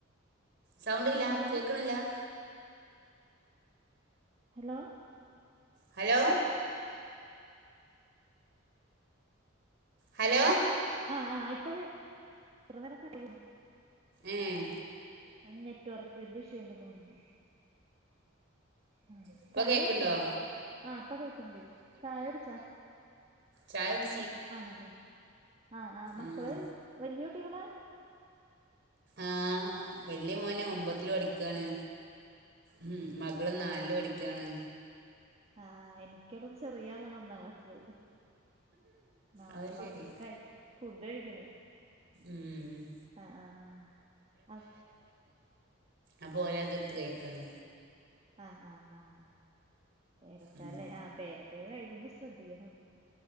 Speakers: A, on the right (about 55°); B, on the right (about 30°).
A: സൗണ്ട്ല്ല
B: ഹലോ
A: കേക്ണില്ല?
B: ഹലോ
A: ഹലോ ഹലോ
B: ആഹ് ആഹ് ഇപ്പൊ ഇറനിരക്കട്ട
A: ഏഹ്
B: അഹ് നെററ്റ് വർക്കിന്റെ ഇഷ്യു ഉണ്ട്ന്ന് തോന്നുന്നു ആഹ്
A: ഇപ്പൊ
B: ചായ
A: കേക്കുണ്ടോ
B: കുട്ച്ചാ ആഹ് ഇപ്പ കേക്ണ്ട് ചായ കുട്ച്ചാ
A: ചായട്
B: ആണല്ലേ ആഹ് ആഹ് മക്കള്
A: ഉം
B: വല്ല്യ കുട്ടികളാ?
A: ആഹ് വല്ല്യ മോന് ഒമ്പതില് പടിക്കാണ് ഉം മകള് നാല് പഠിക്കാണ്
B: ആഹ് എനിക്ള്ളത് ചെറിയ ആളാണ് ഒന്നാം ക്ലാസ്സില് ആഹ്
A: അത്
B: വന്ന്ട്ട്
A: ശരി
B: കയ് ഫുഡ് കഴിക്ണ്
A: ഉം
B: ആഹ് ആഹ് അക്
A: അപ്പൊ ഓലത് ഇട്ത്ത് കഴിക്കാണ്
B: ആഹ് ആഹ് ആഹ് പേരക്ക
A: ഉം
B: ല്ലേ ആഹ് പേര ഹേ ക്കയിക്കുമ്പം ശ്രേദ്ധിക്കണം